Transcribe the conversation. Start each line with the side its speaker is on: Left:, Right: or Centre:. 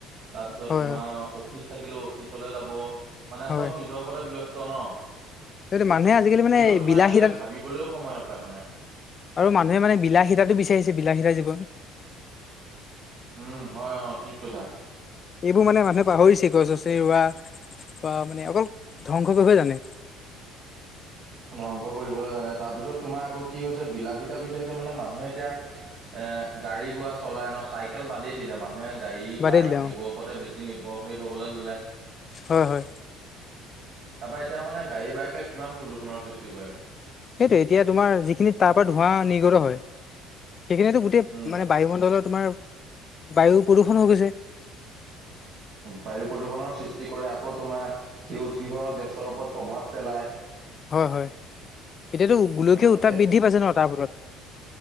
Right: তাৰপিছত
Left: হয়
Right: তোমাৰ
Left: হয়
Right: অফিচ থাকিলেও অফিচলে যাব মানে চব
Left: হয়।
Right: নি নিজৰ ওপৰতে ব্যস্ত ন,
Left: সেইটো মানুহে আজিকালি মানে
Right: কোনেও তোমাৰ
Left: বিলাসীতা
Right: এনেকে ভাবিবলৈও সময় নাপায় মানে।
Left: আৰু মানুহে মানে বিলাহীতাতো বিচাৰিছে বিলাহীতা জীৱন।
Right: উম হয় অ ঠিক কৈছা।
Left: এইবোৰ মানে মানুহে পাহৰিছে গছ-গছনি ৰোৱা বা মানে অকল ধ্বংস কৰিবহে জানে।
Right: ধ্বংস কৰিবলৈ জানে তাৰপিছত তোমাৰ আকৌ কি হৈছে বিলাহীতা বিচাৰিছে মানে মানুহে এতিয়া এ গাড়ী গুৰা চলাই ন চাইকেল বাদেই দিলে মানুহে গাড়ী
Left: বাদেই
Right: বাইক
Left: দিলে অ
Right: এইবোৰৰ ওপৰতে বেছি নিৰ্ভৰশীল হবলৈ ললে।
Left: হয় হয়
Right: তাৰপা এতিয়া মানে গাড়ী বায়কে কিমান প্ৰদূষণৰ সৃষ্টি কৰে৷
Left: সেইটোৱে এতিয়া তোমাৰ যিখিনি তাৰ পৰা ধোঁৱা নিৰ্গত হয় সেইখিনিয়ে টো গোটেই
Right: উম,
Left: মানে বায়ুমণ্ডলত তোমাৰ বায়ু প্ৰদূষণ হৈ গৈছে৷
Right: বায়ু প্ৰদূষণৰ সৃষ্টি কৰে আকৌ তোমাৰ সেউজ গৃহৰ গেছৰ ওপৰত প্ৰভাৱ পেলায়৷
Left: হয়-হয় এতিয়াতো গোলকীয়
Right: উম,
Left: উত্তাপ বৃদ্ধি পাইছে ন তাৰ ফলত।